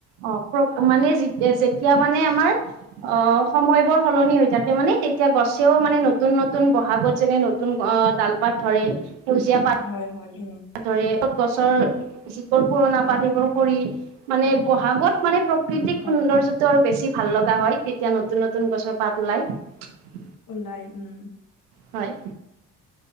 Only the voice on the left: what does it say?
হয় হয় উম
হয়
হয়
ওলাই উম